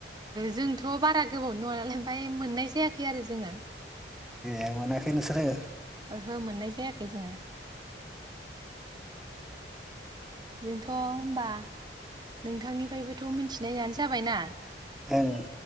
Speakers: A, on the right (about 25°); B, in the centre.
A: जोंथ' बारा गोबावनि नङा नालाय ओमफाय मोननाय जायाखै आरो जोङो
B: ए मोनाखै नोंसोरो ए
A: ओहो मोननाय जायाखै जोङो जोंथ' होनबा नोंथांनिफ्रायबोथ' मिथिनायानो जाबायना
B: ओं